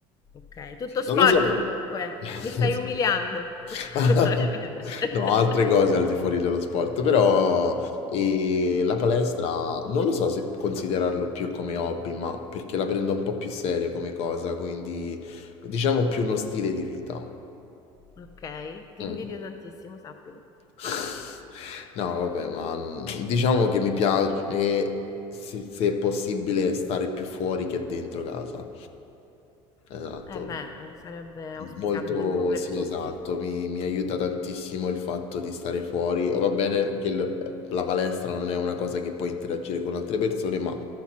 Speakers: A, on the left; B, on the left.
A: Ok, tutto sport
B: Non lo so.
A: comunque.
B: <laughs>
A: Mi stai umiliando. <laughs>
B: <laughs> No, altre cose al di fuori dello sport, però e la palestra non lo so se considerarlo più come hobby, ma perché la prendo un po' più serio come cosa, quindi diciamo più uno stile di vita.
A: Ok, ti
B: Mm.
A: invidio tantissimo, sappilo.
B: <laughs> No, vabbè, ma mm, diciamo che mi piace, eh, se, se è possibile, stare più fuori che dentro casa. Esatto.
A: Eh beh, eh, sarebbe auspicabile
B: Molto,
A: un po' per
B: sì,
A: tutti.
B: esatto, mi, mi aiuta tantissimo il fatto di stare fuori. Va bene che il- la palestra non è una cosa che puoi interagire con altre persone, ma